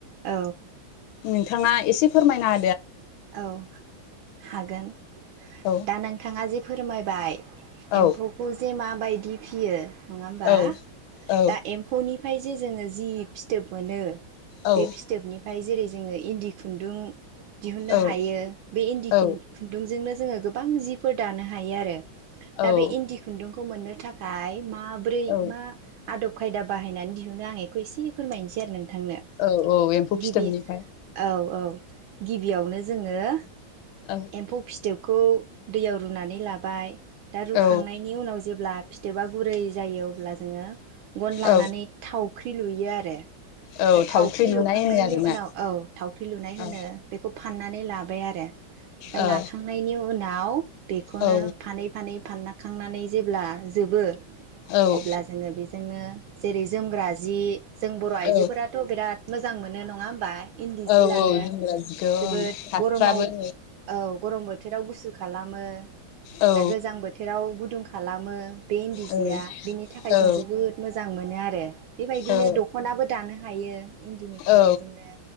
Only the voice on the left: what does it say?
नोंथाङा एसे फोरमायनो
औ
औ
औ औ
औ
औ
औ
औ
औ
औ औ एम्फौ
फिथोबनिफ्राय
औ
औ
औ
औ
लुनाय
होनो आरोना
औ
औ
औ
औ
औ
औ
औ जोमग्रा जिखौ
ओं फास्राबो
औ
औ
औ
औ
औ